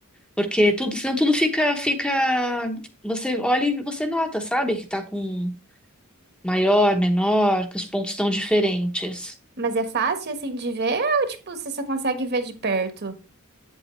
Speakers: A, in the centre; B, on the right.
A: Porque tudo, senão tudo fica, fica. Você olha e você nota, sabe? Que tá com maior, menor, que os pontos estão diferentes.
B: Mas é fácil assim de ver ou tipo, você só consegue ver de perto?